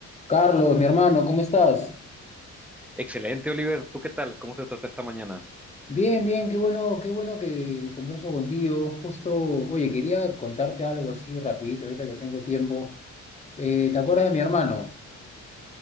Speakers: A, on the left (about 20°); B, in the centre.
A: Carlos, mi hermano, ¿cómo estás?
B: Excelente, Oliver. ¿Tú qué tal? ¿Cómo te trata esta mañana?
A: Bien, bien, qué bueno, qué bueno que converso contigo. Justo, oye, quería contarte algo así rapidito, ahorita que tengo tiempo. Eh, ¿te acuerdas de mi hermano?